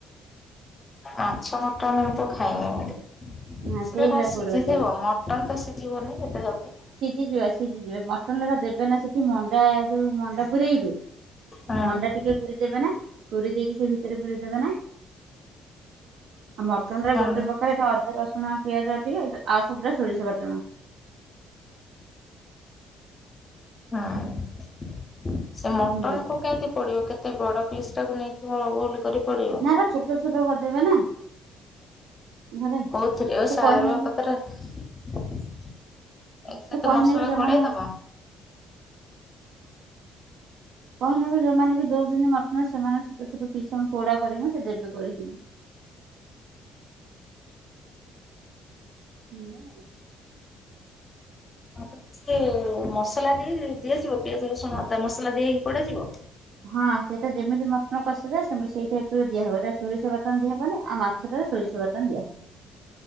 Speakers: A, on the left; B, on the right.
A: ମାଛ ମଟନ ତ ମୁଁ ଖାଇନି ହେନ୍ତି।
B: ହଁ
A: ସେଟା
B: ସେଇଭଳିଆ
A: କଣ ସିଝିଥିବ
B: ପୋଡନ୍ତି।
A: ମଟନ ତ ସିଝିବନି ଏତେ ଜଲ୍ଦୀ।
B: ସିଝିଯିବ ସିଝିଯିବ ମଟନ ରେ ପା ଦେବେ ନା ସେଠି ମଣ୍ଡା ଯୋଉ ମଣ୍ଡା ପୁରଇବେ।
A: ହଁ
B: ମଣ୍ଡା ଟିକେ କୋରି ଦେବେ ନା କୋରି ଦେଇକି ସେ ଭିତରେ ପୁରେଇ ଦେବେ ନା। ଆ ମଟନ ରେ
A: ହଁ
B: ଗୋଟେ ପ୍ରକ ଅଦା ରସୁଣ ପିଆଜ ଟିକେ ଏ ଆଉ ସବୁରା ସୋରିଷ ବାଟଣ।
A: ହଁ ସେ ମଟନ
B: ହୁଁ
A: କୁ କେମିତି ପୋଡିବ କେତେ ଏତେ ବଡ ପିସ୍ ଟାକୁ ନେଇକି କରି ପଡିବ।
B: ନା ହେରା ଛୋଟ ଛୋଟ କରିଦେବେ ନା ଘରେ
A: କୋଉଥିରେ
B: ସେ
A: ଓ
B: କହିନେବି
A: <unintelligible> ସେତ
B: ହୁଁ କହିନେବି
A: ମସଲା
B: ଯୋଉମାନେ
A: ଗୋଳେଇ ଦବ।
B: କହିନେ ବି ଯୋଉମାନେ ବି ଦୋଉଛନ୍ତି ମଟନ ସେମାନେ ଛୋଟ ଛୋଟ ପିସ୍ ପୋଡା କରିମୁ ସେମାନେ ଦେବ କରିକି। ହୁଁ।
A: ଆ ଟିକେ ମସଲା ଦେଇ ଦିଆଯିବ ପିଆଜ ରସୁଣ ଅଦା ମସଲା ଦିଆ ହେଇକି ପୋଡାଯିବ।
B: ହଁ ସେଇଟା ଯେମିତି ମଟନ କଷାଯାଏ ସେମତି ସେଇ ଟାଇପ ରେ ଦିଆ ହବ ଏଇଟା ସୋରିଷ ବାଟଣ ଦିଆ ହବନି ଆଉ ମାଛ ମାଛଟାରେ ସୋରିଷ ବାଟଣ ଦିଆ ହେବ।